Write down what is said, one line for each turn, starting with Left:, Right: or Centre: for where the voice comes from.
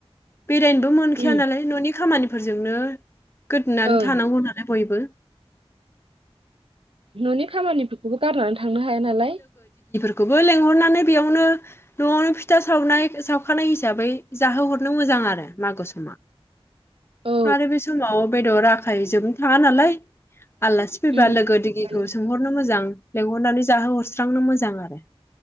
Left: बेरायनोबो मोनखाया
Right: ओं
Left: नालाय न'नि खामानि फोरजोंनो गोदोनानै
Right: ओं
Left: थानांगौ नालाय बयबो। <inaudible>
Right: न'नि खामानिफोरखौबो गारनानै थांनो हाया नालाय।
Left: खौबो लेंहरनानै बेयावनो न'आवनो फिथा सावनाय सावखानाय हिसाबै जाहोहरनो मोजां आरो मागो समा।
Right: औ
Left: आरो बे समाव बेदर आखाइ जोबनो थाङा नालाय आलासि फैबा
Right: माने
Left: लोगो दिगिखौ सोंहरनो मोजां। लेंहरनानै जाहो हरस्रांनो मोजां आरो।